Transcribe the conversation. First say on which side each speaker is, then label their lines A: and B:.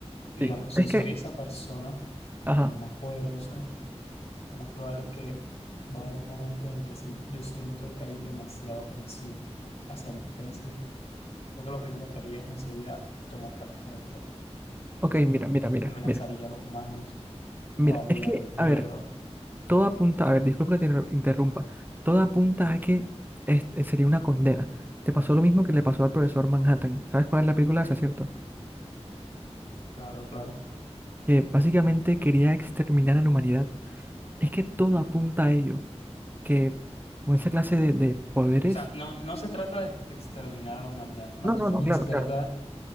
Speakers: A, on the left; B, on the right.
A: Digamos,
B: Sí.
A: si
B: Es
A: soy
B: que,
A: esa persona,
B: ajá.
A: el más poderoso, lo más probable es que va a haber un momento en el que sí, yo siento que hay demasiada presión hacia mi especie creo que lo primero que haría es enseguida tomar cartas al respecto. Entonces,
B: Ok, mira, mira, mira,
A: amenazaría
B: mira,
A: a los humanos,
B: mira.
A: o habría
B: Es que,
A: miedo,
B: a ver, todo apunta, a ver, disculpa que te inter- interrumpa, todo apunta a que este sería una condena. Te pasó lo mismo que le pasó al profesor Manhattan. ¿Sabes cuál es la película esa, cierto?
A: claro, claro.
B: Que básicamente quería exterminar a la humanidad. Es que todo apunta a ello, que con esa clase de, de poderes...
A: O sea, no, no se trata de exterminar a la humanidad, más
B: No, no, no,
A: bien
B: claro,
A: se trata
B: claro.